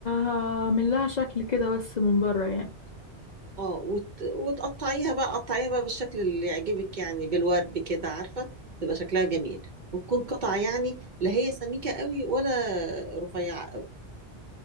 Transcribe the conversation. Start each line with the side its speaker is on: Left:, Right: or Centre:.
Left: هعمل لها شكل كده بس من بره يعني
Right: اه وت... وتقطعيها بقى قطعيها بقى بالشكل اللي يعجبك يعني بالورد كده عارفة تبقى شكلها جميل وتكون قطع يعني لا هي سميكة قوي ولا رفيعة قوي